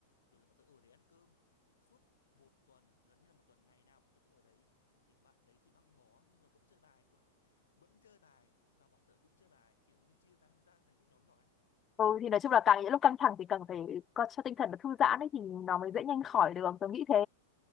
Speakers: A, on the left (about 80°); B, on the left (about 25°).
A: rồi là bọn tớ ở đấy ăn cơm suốt một tuần gần như là một tuần ngày nào bọn tớ cũng ở đấy kiểu bạn đấy thì băng bó nhưng mà vẫn chơi bài vẫn chơi bài và bọn tớ cũng chơi bài kiểu như chia tan ra thành các nhóm nhỏ ấy kiểu
B: Ừ thì nói chung là
A: một
B: càng
A: Ừ.
B: những lúc căng thẳng thì cần phải có cho tinh thần nó thư giãn ấy thì nó mới dễ nhanh khỏi được tôi nghĩ thế